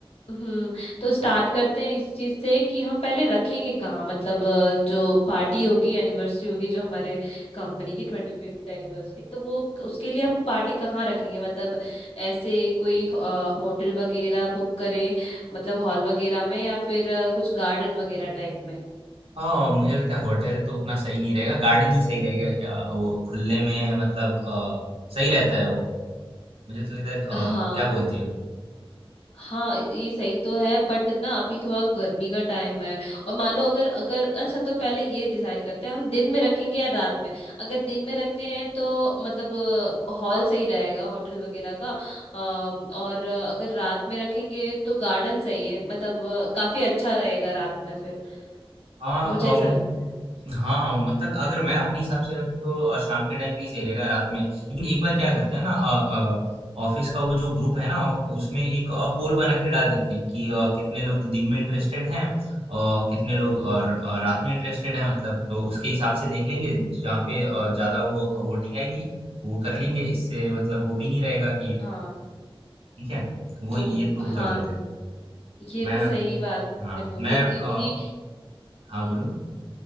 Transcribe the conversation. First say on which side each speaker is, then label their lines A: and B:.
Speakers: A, on the left (about 80°); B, on the right (about 75°).
A: हम्म तो स्टार्ट करते हैं इस चीज से कि हम पहले रखेंगे कहाँ मतलब अ, जो पार्टी होगी एनिवर्सरी होगी जो हमारे कंपनी की ट्वेंटी फिफ्थ एनिवर्सरी तो वो उसके लिए हम पार्टी कहाँ रखेंगे मतलब ऐसे कोई होटल वगैरह बुक करें मतलब हॉल वगैरह में या फिर अ, कुछ गार्डन वगैरह टाइप में
B: हाँ मुझे लगता है होटल तो उतना सही नहीं रहेगा गार्डन ही सही रहेगा क्या वो खुले में मतलब अ, सही रहता है वो मुझे तो लगता है अ,
A: हाँ
B: क्या बोलती हो
A: हाँ ये सही तो है बट ना अभी थोड़ा गर्मी का टाइम है और मान लो अगर अगर अच्छा तो पहले ये डिसाइड करते हैं हम दिन में रखेंगे या रात में अगर दिन में रखते हैं तो मतलब हॉल सही रहेगा होटल वगैरह का अम, और अगर रात में रखेंगे तो गार्डन सही है मतलब अ, काफी अच्छा रहेगा रात में फिर
B: हाँ
A: मुझे ऐसा
B: अम,
A: लगता
B: हाँ मतलब अगर मैं अपने हिसाब से रखूँ तो अ, शाम के टाइम पे ही सही रहेगा रात में लेकिन एक बार क्या करते हैं ना ऑफिस का वो जो ग्रुप है ना ऑफ- उसमें एक पोल बना के डाल देते हैं कि अ, कितने लोग दिन में इंटरेस्टेड हैं और कितने लोग और अ, रात में इंटरेस्टेड हैं मतलब तो उसके हिसाब से देख लेंगे जहाँ पे अ, ज्यादा वो वोटिंग आएगी वो कर लेंगे इससे मतलब वो भी नहीं रहेगा कि
A: है। हाँ
B: ठीक है वो
A: तो
B: ये तो
A: हाँ
B: वो कर लेते हैं
A: ये
B: मैं
A: भी सही बात आपने
B: हाँ
A: बोली
B: मैं अ,
A: क्योंकि
B: हाँ
A: हम्म
B: बोलो